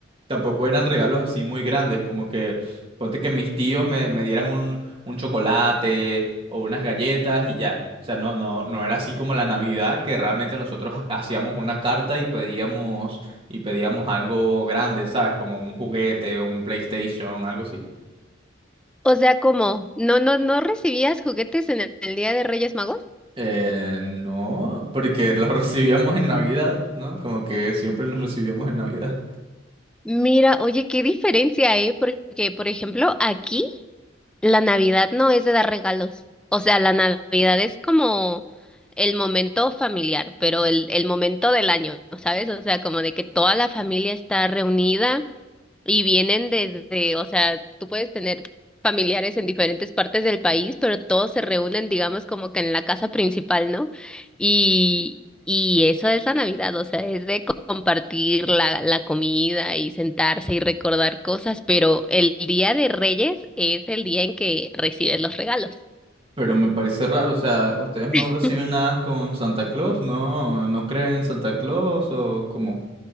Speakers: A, on the right; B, in the centre.
A: tampoco eran regalos así muy grandes, como que ponte que mis tíos me, me dieran un, un chocolate o unas galletas y ya. O sea, no, no, no era así como la Navidad, que realmente nosotros hacíamos una carta y pedíamos, y pedíamos algo grande, ¿sabes? Como un juguete, un PlayStation, algo así.
B: O sea, ¿cómo? ¿No, no, no recibías juguetes en el el Día de Reyes Magos?
A: Eh, no, porque lo <laughs> recibíamos en Navidad, ¿no? Como que siempre lo recibíamos en Navidad.
B: Mira, oye, qué diferencia, ¿eh? Porque, por ejemplo, aquí la Navidad no es de dar regalos. O sea, la Navidad es como el momento familiar, pero el, el momento del año, ¿sabes? O sea, como de que toda la familia está reunida Y vienen desde, o sea, tú puedes tener familiares en diferentes partes del país, pero todos se reúnen, digamos, como que en la casa principal, ¿no? Y, y eso es la Navidad, o sea, es de co- compartir la, la comida y sentarse y recordar cosas, pero el Día de Reyes es el día en que recibes los regalos.
A: Pero me parece raro, o sea, ¿ustedes no
B: <laughs>
A: reciben nada con Santa Claus? ¿No, no creen en Santa Claus o cómo?